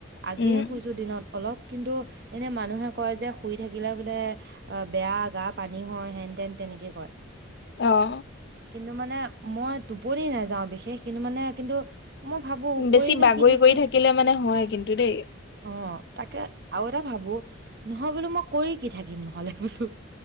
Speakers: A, on the right; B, on the left.
A: আজিহে
B: উম
A: শুইছো, দিনত অলপ। কিন্তু এনে মানুহে কয় যে, শুই থাকিলে বোলে অ, বেয়া গাপ পানী হয়, হেন তেন তেনেকে কয়
B: অ '
A: কিন্তু মানে মই টোপনি নেযাওঁ, বিশেষ কিন্তু মানে কিন্তু মই ভাবো
B: বেছি
A: কৰিনো
B: বাগৰি
A: কি থাকিম
B: কৰি থাকিলে, মানে হয় কিন্তু দেই
A: অ তাকে আৰু এটা ভাবো, নহয় বোলো মই কৰি কি থাকিম নহ'লে বোলো।